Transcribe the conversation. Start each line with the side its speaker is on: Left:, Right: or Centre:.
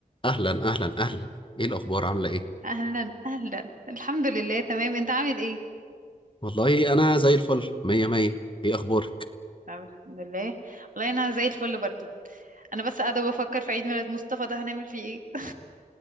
Left: اهلا اهلا اهلا ايه الاخبار عامله ايه
Right: اهلا اهلا الحمد لله تمام انت عامل ايه
Left: والله انا زي الفل مية مية ايه اخبارك
Right: طب الحمد لله والله انا زي الفل برضو انا بس قاعده بفكر في عيد ميلاد مصطفى ده هنعمل فيه ايه